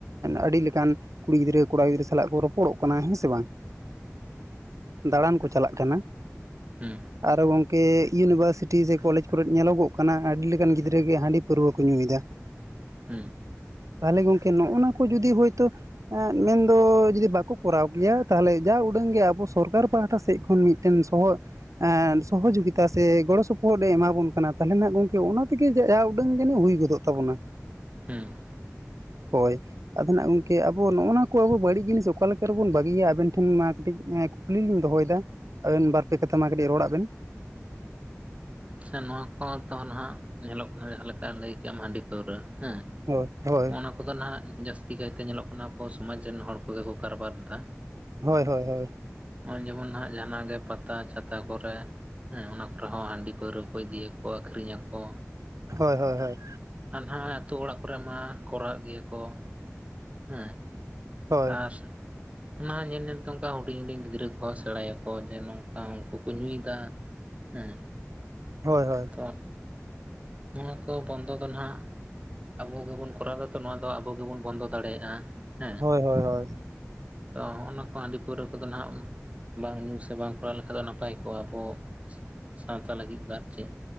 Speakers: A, on the right (about 80°); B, on the right (about 25°).
A: ᱟᱹᱰᱤ ᱞᱮᱠᱟᱱ ᱠᱩᱲᱤ ᱜᱤᱫᱽᱨᱟᱹ ᱠᱚᱲᱟ ᱜᱤᱫᱽᱨᱟᱹ ᱥᱟᱞᱟᱜ ᱠᱚ ᱨᱚᱯᱚᱲᱚᱜ ᱠᱟᱱᱟ ᱦᱮᱸ ᱥᱮ ᱵᱟᱝ। ᱫᱟᱬᱟᱱ ᱠᱚ ᱪᱟᱞᱟᱜ ᱠᱟᱱᱟ।
B: ᱦᱩᱸ
A: ᱟᱨᱦᱚᱸ ᱜᱚᱝᱠᱮ ᱤᱭᱩᱱᱤᱵᱷᱟᱨᱥᱤᱴᱤ ᱥᱮ ᱠᱚᱞᱮᱡᱽ ᱠᱚᱨᱮ ᱧᱮᱞᱚᱜᱚᱜ ᱠᱟᱱᱟ ᱟᱹᱰᱤ ᱞᱮᱠᱟᱱ ᱜᱤᱫᱽᱨᱟᱹ ᱜᱮ ᱦᱟᱺᱰᱤ ᱯᱟᱹᱨᱣᱟᱹ ᱠᱚ ᱧᱩᱭ ᱮᱫᱟ।
B: <inaudible>
A: ᱛᱟᱦᱚᱞᱮ ᱜᱚᱝᱠᱮ ᱱᱚᱜᱼᱱᱟ ᱠᱚ ᱡᱩᱫᱤ ᱦᱳᱭᱛᱳ ᱢᱮᱱᱫᱚ ᱡᱩᱫᱤ ᱵᱟᱠᱚ ᱠᱚᱨᱟᱣ ᱠᱮᱭᱟ ᱛᱟᱦᱚᱞᱮ ᱡᱟ ᱩᱰᱟᱹᱝ ᱜᱮ ᱟᱵᱚ ᱥᱚᱨᱠᱟᱨ ᱯᱟᱦᱴᱟ ᱥᱮᱫ ᱠᱷᱚᱱ ᱢᱤᱫᱴᱮᱱ ᱥᱚᱦᱚᱫ ᱥᱚᱦᱚᱡᱳᱜᱤᱛᱟ ᱥᱮ ᱜᱚᱲᱚ ᱥᱚᱯᱚᱦᱚᱫ ᱮ ᱮᱢᱟ ᱵᱚᱱ ᱠᱟᱱᱟ ᱛᱟᱦᱚᱞᱮ ᱱᱷᱟᱜ ᱜᱚᱝᱠᱮ ᱚᱱᱟ ᱛᱮᱜᱮ ᱡᱟ ᱩᱰᱟᱹᱝ ᱡᱟᱹᱱᱤᱡ ᱦᱩᱭ ᱜᱚᱫᱚᱜ ᱛᱟᱵᱚᱱᱟ
B: ᱦᱩᱸᱻ
A: ᱦᱳᱭ ᱟᱫᱚ ᱱᱷᱟᱜ ᱜᱚᱝᱠᱮ ᱟᱵᱚ ᱱᱚᱜᱼᱱᱟ ᱠᱚ ᱟᱵᱚ ᱵᱟᱹᱲᱤᱡ ᱡᱤᱱᱤᱥ ᱚᱠᱟ ᱞᱮᱠᱟ ᱨᱮᱵᱚᱱ ᱵᱟᱹᱜᱤᱭᱟ ᱟᱵᱮᱱ ᱴᱷᱮᱱ ᱢᱟ ᱠᱟᱹᱴᱤᱡ ᱠᱩᱠᱞᱤ ᱞᱤᱧ ᱫᱚᱦᱚᱭᱮᱫᱟ ᱫᱟ ᱟᱵᱮᱱ ᱵᱟᱨ ᱯᱮ ᱠᱟᱛᱷᱟ ᱢᱟ ᱠᱟᱹᱴᱤᱡ ᱨᱚᱲᱟᱜ ᱵᱮᱱ
B: ᱥᱮ ᱱᱚᱣᱟ ᱠᱚ ᱛᱚ ᱱᱷᱟᱜ ᱧᱮᱞᱚᱜ ᱠᱟᱱᱟ ᱡᱟᱦᱟᱸ ᱞᱮᱠᱟ ᱞᱟᱹᱭ ᱠᱮᱜᱼᱟᱢ ᱦᱟᱹᱰᱤ ᱯᱟᱹᱣᱨᱟᱹ ᱦᱮᱸ
A: ᱦᱳᱭᱻ ᱦᱳᱭᱻ
B: ᱚᱱᱟ ᱠᱚᱫᱚ ᱱᱷᱟᱜ ᱡᱟᱹᱥᱛᱤ ᱠᱟᱭᱛᱮ ᱧᱮᱞᱚᱜ ᱠᱟᱱᱟ ᱟᱵᱚ ᱥᱚᱢᱟᱡᱽ ᱨᱮᱱ ᱦᱚᱲ ᱠᱚᱜᱮ ᱠᱚ ᱠᱟᱨᱵᱟᱨ ᱮᱫᱟ
A: ᱦᱳᱭ ᱦᱳᱭ ᱦᱳᱭ
B: ᱱᱚᱜᱚᱭ ᱡᱮᱢᱚᱱ ᱦᱟᱜ ᱡᱟᱦᱱᱟᱜ ᱜᱮ ᱯᱟᱛᱟ ᱪᱷᱟᱛᱟ ᱠᱚᱨᱮ ᱦᱮᱸ ᱚᱱᱟ ᱠᱚᱨᱮ ᱦᱚᱸ ᱦᱟᱺᱰᱤ ᱯᱟᱹᱣᱨᱟᱹ ᱠᱚ ᱤᱫᱤᱭᱟᱠᱚ ᱟᱹᱠᱷᱨᱤᱧ ᱟᱠᱚ
A: ᱦᱳᱭ ᱦᱳᱭ ᱦᱳᱭ
B: ᱟᱨ ᱱᱟᱦᱟᱜ ᱟᱹᱛᱩ ᱚᱲᱟᱜ ᱠᱚᱨᱮ ᱢᱟ ᱠᱚᱨᱟᱣ ᱜᱮᱭᱟ ᱠᱚ ᱦᱩᱸ
A: ᱦᱳᱭ
B: ᱟᱨ ᱚᱱᱟ ᱧᱮᱞ ᱧᱮᱞᱛᱮ ᱚᱱᱠᱟ ᱦᱩᱰᱤᱧ ᱦᱩᱰᱤᱧ ᱜᱤᱫᱽᱨᱟᱹ ᱠᱚᱦᱚᱸ ᱥᱮᱬᱟᱭᱟᱠᱚ ᱡᱮ ᱱᱚᱝᱠᱟ ᱩᱱᱠᱩ ᱠᱚ ᱧᱩᱭᱫᱟ। ᱦᱩᱸ
A: ᱦᱳᱭ ᱦᱳᱭ
B: ᱛᱚ ᱱᱚᱣᱟ ᱠᱚ ᱵᱚᱱᱫᱚ ᱫᱚ ᱱᱟᱦᱟᱜ ᱟᱵᱚ ᱜᱮᱵᱚᱱ ᱠᱚᱨᱟᱣ ᱫᱟ ᱛᱚ ᱱᱚᱣᱟ ᱫᱚ ᱟᱵᱚ ᱜᱮᱵᱚᱱ ᱵᱚᱱᱫᱚ ᱫᱟᱲᱮᱭᱟᱜᱼᱟ। ᱦᱮᱸ
A: ᱦᱳᱭ ᱦᱳᱭ ᱦᱳᱭ ᱦᱳᱭ
B: ᱛᱚ ᱚᱱᱟ ᱠᱚ ᱟᱹᱰᱤ ᱯᱟᱹᱣᱨᱟᱹ ᱠᱚᱫᱚ ᱱᱟᱦᱟᱜ ᱵᱟᱝ ᱧᱩ ᱥᱮ ᱵᱟᱝ ᱠᱚᱨᱟᱣ ᱞᱮᱠᱷᱟᱡ ᱫᱚ ᱱᱟᱯᱟᱭ ᱠᱚᱜᱼᱟ ᱟᱵᱚ ᱥᱟᱶᱛᱟ ᱞᱟᱹᱜᱤᱫ ᱵᱟᱨ ᱪᱮᱫ